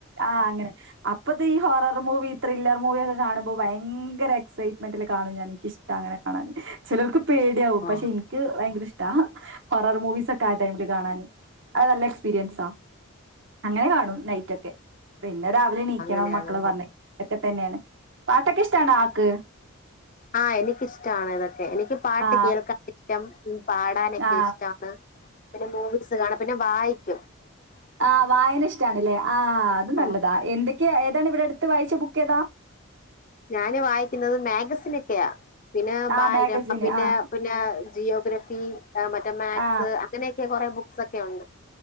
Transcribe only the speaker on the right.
ആ അങ്ങനെ അപ്പത് ഈ ഹൊറർ മൂവി ത്രില്ലർ മൂവിയ ഒക്കെ കാണുമ്പോ, ഭയങ്കര എക്സൈറ്റ്മെന്റ് <inaudible> ഇതാണ് <unintelligible> ഇഷ് അങ്ങനെ കാണാൻ ചിലർക്ക് പേടിയാവും
പക്ഷെ എനിക്ക് ഭയങ്കര ഇഷ് ഹൊറർ മൂവിസ് ഒക്കെ ആ ടൈമില് കാണൻ അത് നല്ല എക്സ്പീരിയൻസാ ആ അങ്ങനെ കാണും നൈറ്റ് ഒക്കെ പിന്നെ എന്ന രാവിലെ എണീക്കണം
മക്കള് പറഞ്ഞ തന്നെയാണ് പാട്ടൊക്കെ ഇഷ്ടണോ ആക്ക്
ആ
ആ
ആഹ വായന ഇഷ്ടണല്ലേ ആ് അത് നല്ലതാ
എന്തൊക്കെയ ഏതാണ് ഇവിടെ അടുത്ത് വായിച്ച ബു <unintelligible> ഏതാ
ആ
മാഗസിൻ
ആ
ആ